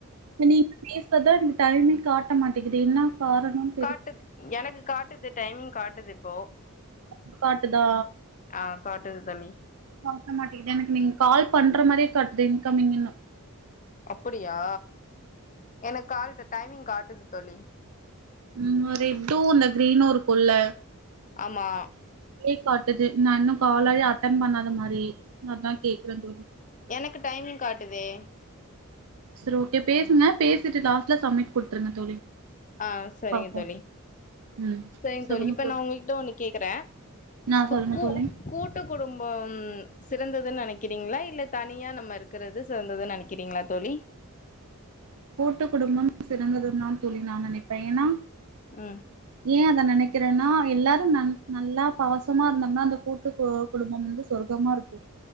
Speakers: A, on the right (about 80°); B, on the left (about 35°).
A: இப்ப நீங்க பேசுறதா எனக்கு டைமே காட்ட மாட்டேங்குது என்னா காரணோன்
B: காட்டுது எனக்கு காட்டுது டைமிங் காட்டுது இப்போ
A: <inaudible> காட்டுதா
B: ஆ காட்டுது தோழி
A: காட்ட மாட்டேங்குது எனக்கு நீங்க கால் பண்ற மாரியே காட்டுது இன்கம்மிங்குன்னு
B: அப்படியா எனக்கு கால்ட்ட டைமிங் காட்டுது தோழி
A: இங்க ரெட்டூ இந்த கிரீனூ இருக்குல்ல
B: ஆமா
A: கே காட்டுது நா இன்னு காலயே அட்டன் பண்ணாத மாரி அதா கேக்குறே தோழி
B: எனக்கு டைமிங் காட்டுதே
A: சரி ஓகே பேசுங்க பேசிட்டு லாஸ்ட்ல சமிட் குடுத்துருங்க தோழி
B: ஆ சரிங்க
A: பாப்போ
B: தோழி
A: ம்
B: சரிங்க
A: சொல்லுங்க
B: தோழி இப்ப நா உங்ககிட்ட ஒன்னு கேக்குறே
A: ஆ
B: இப்ப
A: சொல்லுங்க
B: கூ
A: தோழி
B: கூட்டு குடும்பம் சிறந்ததுன் நெனைக்கிறீங்ளா இல்ல தனியா நம்ம இருக்குறது சிறந்ததுன்னு நெனைக்கிறீங்ளா தோழி
A: கூட்டு குடும்பம் சிறந்தது தான் தோழி நா நெனைப்ப ஏனா
B: ம்
A: ஏ அத நெனைக்கிறேன்னா எல்லாரு ந நல்லா பாசமா இருந்தோம்னா அந்த கூட்டு டு குடும்பம் வந்து சொர்க்கமா இருக்கு